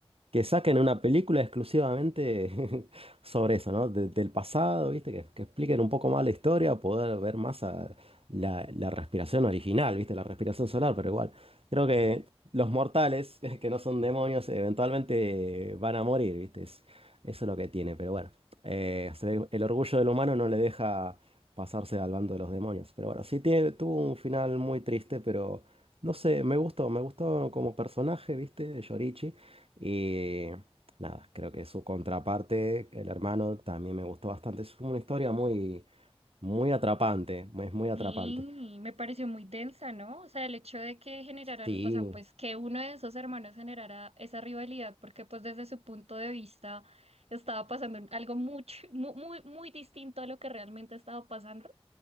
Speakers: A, on the right; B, on the right.
A: que saquen una película exclusivamente <laughs> sobre eso, ¿no? De- del pasado, ¿viste? Que, que expliquen un poco más la historia, poder ver más a la, la respiración original, ¿viste? La respiración solar, pero igual. Creo que los mortales, <laughs> que no son demonios, eventualmente van a morir, ¿viste? Es- eso es lo que tiene, pero bueno. Eh, se ve- el orgullo del humano no le deja pasarse al bando de los demonios. Pero bueno, sí tiene, tuvo un final muy triste, pero no sé, me gustó, me gustó como personaje, ¿viste? Yorichi. Y nada, creo que su contraparte, el hermano, también me gustó bastante. Es una historia muy, muy atrapante. Es muy atrapante.
B: Sí, me pareció muy densa, ¿no? O sea, el hecho de que generaran,
A: Sí.
B: o sea, pues que uno de esos hermanos generara esa rivalidad, porque pues desde su punto de vista estaba pasando algo mucho, muy, muy, muy distinto a lo que realmente estaba pasando.